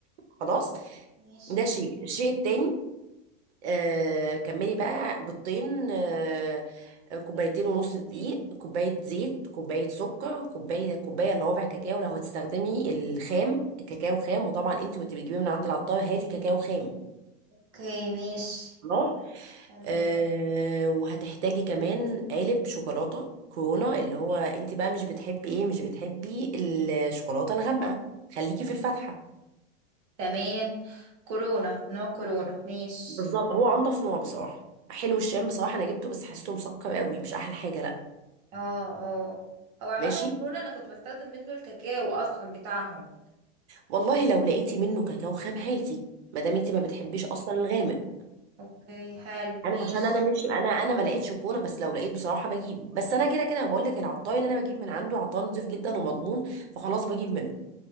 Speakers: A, on the right; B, on the right.
A: خلاص
B: ماشي
A: ده شيء الشيء التاني آه كملي بقى بيضتين آه كوبايتين ونص دقيق كوباية زيت كوباية سكر كوباية كوباية الا ربع كاكاو لو هتستخدمي الخام كاكاو خام وطبعا انت وانت بتجيبيه من عند العطار هاتي كاكاو خام
B: اوكي ماشي
A: خلاص
B: تمام
A: آه وهتحتاجي كمان قالب شوكولاتة كورونا اللي هو انت بقى مش بتحبي ايه مش بتحبي الشوكولاتة الغامقة خليكي في الفاتحة
B: تمام كورونا نوع كورونا ماشي
A: بالظبط هو انضف نوع بصراحة حلو الشام بصراحة انا جبته بس حسيته مسكر قوي مش احلى حاجة لا
B: اه اه او عامه
A: ماشي
B: كورونا انا كنت بستخدم منه الكاكاو اصلا بتاعهم
A: والله لو لقيتي منه كاكاو خام هاتي ما دام انت ما بتحبيش اصلا الغامق
B: اوكي حلو
A: انا
B: ماشي
A: عشان انا مش انا انا ما لقيتش كونه بس لو لقيت بصراحه بجيب بس انا كده كده بقول لك العطاي اللي انا بجيب من عنده عطاي نضيف جدا ومضمون فخلاص بجيب منه